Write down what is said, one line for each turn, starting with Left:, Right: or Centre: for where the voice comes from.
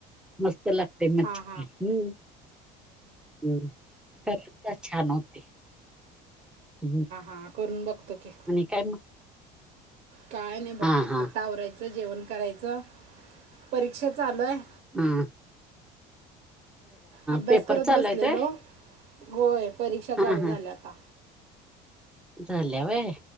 Centre: मस्त लागते
Right: हां हां
Centre: <unintelligible> हम्म हम् खच छान होते. हम.
Right: हा करून बघतो की.
Centre: काय मग?
Right: काय नाही बघ
Centre: हा हा
Right: आत्ता आवरायचं जेवण करायचं. परीक्षा चालू आहे.
Centre: हम्म.
Right: अभ्यास
Centre: पेपर
Right: करत
Centre: चालू
Right: बसलेलो.
Centre: आहेत व्हय
Right: होय परीक्षा चालू
Centre: हा
Right: झाल्या
Centre: हा
Right: आता.
Centre: झाल्या व्हय?